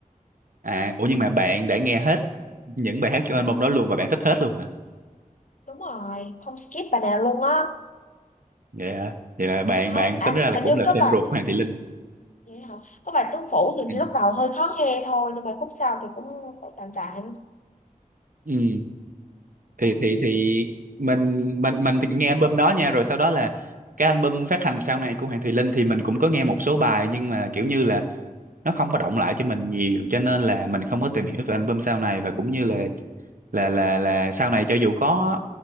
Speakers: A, on the right; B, on the left.
A: à ủa nhưng mà bạn đã nghe hết những bài hát trong album đó luôn và bạn thích hết luôn hả
B: đúng rồi không skip bài nào luôn á
A: vậy hả vậy là bạn
B: À,
A: bạn
B: không à,
A: tính ra là
B: hình
A: cũng
B: như
A: là
B: có
A: fan
B: bài
A: ruột của Hoàng Thùy Linh
B: vậy hả có bài tứ phủ thì
A: ừ.
B: lúc đầu hơi khó nghe thôi nhưng mà khúc sau thì cũng tạm tạm
A: Ừ. thì thì thì mình mình mình thì nghe album đó nha rồi sau đó là cái album phát hành sau này của Hoàng Thùy Linh thì mình cũng có nghe một số bài nhưng mà kiểu như là nó không có động lại cho mình nhiều cho nên là mình không có tìm hiểu về album sau này và cũng như là là là là sau này cho dù có